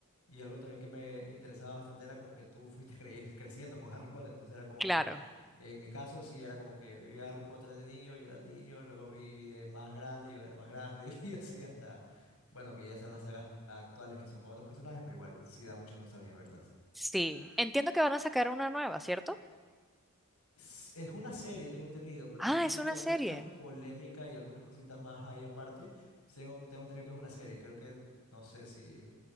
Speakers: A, on the left; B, in the centre.
A: Y algo también que me interesaba bastante era como que tú fuiste cre- creciendo con Harry Potter, entonces era como
B: Claro,
A: que, en mi caso sí era como que vi a Harry Potter de niño, yo era niño, luego vi de más grande, yo era más grande, <laughs> y así hasta, bueno, que ya están las sagas actuales que son con otros personajes, pero igual sí da mucha nostalgia verlas.
B: sí. Entiendo que van a sacar una nueva, ¿cierto?
A: Es es una serie, tengo entendido, pero
B: Ah,
A: sí
B: es una
A: hay
B: serie.
A: mucha polémica y algunas cositas más ahí aparte. Tengo, tengo entendido que es una serie. Creo que no sé si eh,